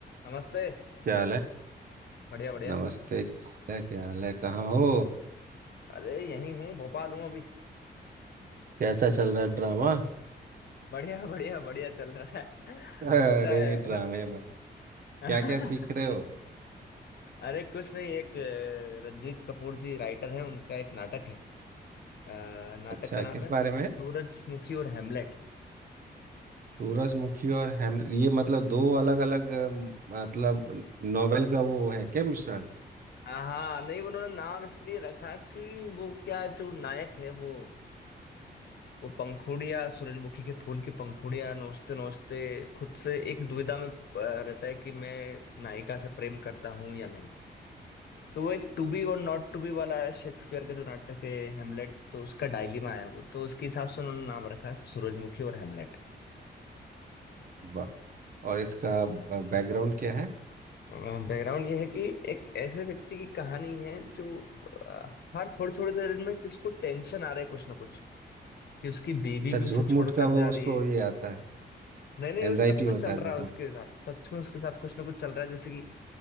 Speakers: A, on the left; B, on the right.
A: नमस्ते
B: क्या हाल है
A: बढ़िया बढ़िया
B: नमस्ते क्या हाल है क्या हाल है कहाँ हो
A: अरे यहीं हूँ भोपाल हूँ अभी
B: कैसा चल रहा है ड्रामा
A: बढ़िया बढ़िया बढ़िया चल रहा है
B: अरे
A: अच्छा है
B: ड्रामे बा क्या
A: <laughs>
B: क्या सीख रहे हो
A: अरे कुछ नहीं एक अ, रंजीत कपूर जी राइटर हैं उनका एक नाटक है अ, नाटक
B: अच्छा
A: का नाम
B: किस
A: है
B: बारे
A: सूरजमुखी
B: में
A: और हेमलेट
B: सूरजमुखी और हेमलेट ये मतलब दो अलग अलग मतलब नोवेल का वो है क्या मिश्रण
A: हाँ नहीं उन्होंने नाम इसलिए रखा कि वो क्या जो नायक है वो वो पंखुड़ियाँ सूरजमुखी के फूल की पंखुड़ियाँ नोचते नोचते खुद से एक दुविधा में अ, रहता है कि मैं नायिका से प्रेम करता हूँ या नहीं तो वो एक टू बी और नॉट टू बी वाला शेक्सपियर का जो नाटक है हेमलेट तो उसका डायलेमा है वो तो उसके हिसाब से उन्होंने नाम रखा सूरजमुखी और हेमलेट
B: वाह और इसका बैकग्राउंड क्या है
A: बैकग्राउंड ये है कि एक ऐसे व्यक्ति की कहानी है जो अ, हर थोड़ी थोड़ी देर में जिसको टेंशन आ रहा है कुछ ना कुछ कि उसकी बीवी
B: अच्छा
A: भी उसे
B: झूठ
A: छोड़कर
B: मूठ का वो
A: जा
B: उसको
A: रही है
B: ये आता है
A: नहीं नहीं वो
B: एनजाइटी
A: सच में
B: होता
A: चल
B: है
A: रहा
B: झूठ
A: है उसके
B: मूठ
A: साथ सच में उसके साथ कुछ ना कुछ चल रहा है जैसे कि